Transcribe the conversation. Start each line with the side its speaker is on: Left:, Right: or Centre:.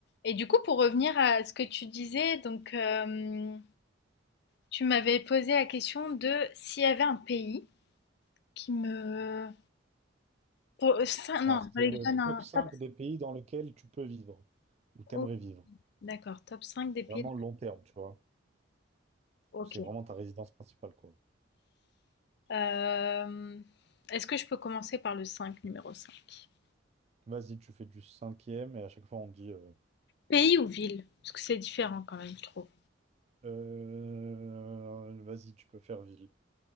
Left: Et du coup, pour revenir à ce que tu disais, donc euh, tu m'avais posé la question de s'il y avait un pays qui me... Pour, euh, cin- non,
Right: Alors, c'est
Left: fallait
Right: le
Left: que je donne un
Right: top 5
Left: top...
Right: des pays dans lesquels tu peux vivre, ou t'aimerais
Left: oh,
Right: vivre.
Left: d'accord, top 5 des pays.
Right: Vraiment long terme, tu vois.
Left: Ok.
Right: Où c'est vraiment ta résidence principale, quoi.
Left: Euh, est-ce que je peux commencer par le 5 numéro cinq
Right: Vas-y, tu fais du cinquième, et à chaque fois, on dit... euh,
Left: Pays ou ville? Parce que c'est différent quand même, je trouve.
Right: Euh, vas-y, tu peux faire ville.